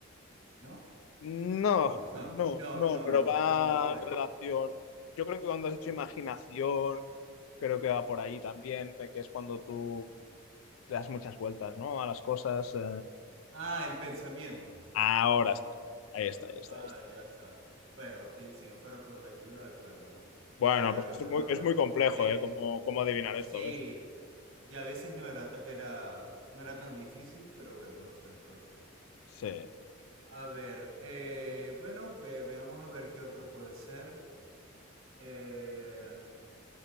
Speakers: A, on the right; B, on the left.
A: ¿no?
B: No,
A: No, <laughs>
B: no,
A: no,
B: no,
A: no,
B: pero
A: no,
B: va
A: no va por
B: en
A: ahí.
B: relación. Yo creo que cuando has hecho imaginación, creo que va por ahí también, de que es cuando tú le das muchas vueltas, ¿no? A las cosas. eh,
A: Ah, el pensamiento.
B: Ahora está. Ahí
A: Ah,
B: está, ahí está,
A: ah,
B: ahí está.
A: ya está. Bueno, si, si no fuera por la ayuda, claro, no.
B: Bueno,
A: Ya, ya
B: pues
A: veo,
B: es muy,
A: no, no.
B: es
A: era-
B: muy complejo,
A: er-
B: ¿eh? Cómo, cómo adivinar
A: Sí,
B: esto a veces.
A: y a veces no era, ta- era, no era tan difícil, pero bueno, uno se enrolla.
B: Sí.
A: A ver, eh, bueno, ve- veamos a ver qué otro puede ser. Eh,